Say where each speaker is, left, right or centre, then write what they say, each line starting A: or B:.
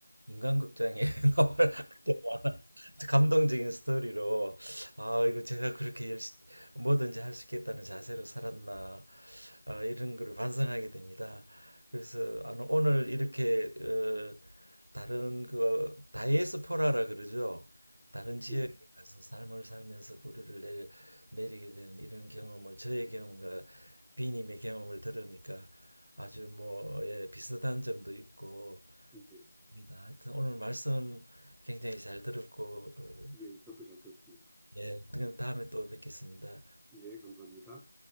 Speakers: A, on the right; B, in the centre.
A: 인간극장에 <laughs> 나와 감동적인 스토리로 아 이거 제가 그렇게 열심 뭐든지 할 수 있겠다는 자세로 살았나 아, 이런 거를 반성하게 됩니다. 그래서 아, 오늘 이렇게 어, 다른 그 다이에스포라라 그러죠. 다른 지역
B: 예,
A: 그래서 삶을 살면서 뿌리를 내리, 내리게 된 이런 경험을 저의 경험과 비님의 경험을 들으니까 아주 뭐 예, 비슷한 점도 있고
B: 예,
A: 합니다. 하여튼 오늘 말씀 굉장히 잘 들었고 어,
B: 예, 저도 잘 들었습니다.
A: 예, 그럼 다음에 또 뵙겠습니다.
B: 예, 감사합니다.